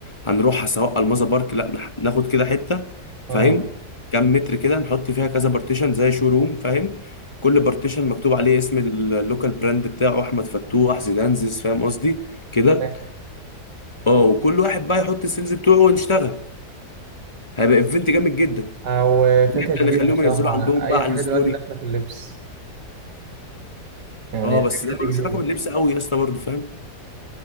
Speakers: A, on the left; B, on the right.
A: هنروحها سواء الماظة بارك لا نح- ناخد كده حتة
B: اه
A: فاهم كام متر كده نحط فيها كذا بارتيشن زي شو روم فاهم كل بارتيشن مكتوب عليه اسم اللوكال براند بتاعه احمد فتوح زيدانزيز فاهم قصدي كده
B: فاهم
A: اه وكل واحد بقى يحط السيلز بتوعه ونشتغل هيبقى ايفنت جامد جدا
B: أو فكرة
A: جدا
B: جديدة
A: نخليهم
B: بصراحة
A: ينزلوا عندهم
B: أي
A: بقى على
B: حاجة
A: الستوري
B: دلوقتي داخلة في اللبس يعني
A: اه
B: الفكرة
A: بس ده
B: دي
A: ملوش
B: جديدة
A: علاقة باللبس قوي يا اسطى برضه فاهم